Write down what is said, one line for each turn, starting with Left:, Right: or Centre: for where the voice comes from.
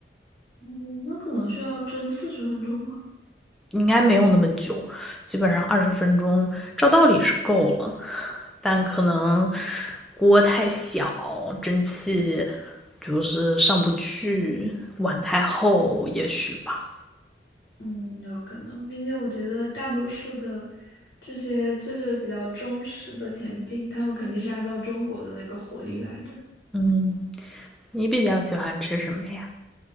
Left: 嗯那可能需要蒸四十分钟吗？
Centre: 应该没有那么久，基本上二十分钟照道理是够了，但可能锅太小，蒸汽就是上不去，碗太厚，也许吧。
Left: 嗯，有可能，并且我觉得大多数的这些就是比较中式的甜品，他们肯定是按照中国的那个火力来的。
Centre: 嗯，你比较喜欢吃什么呀？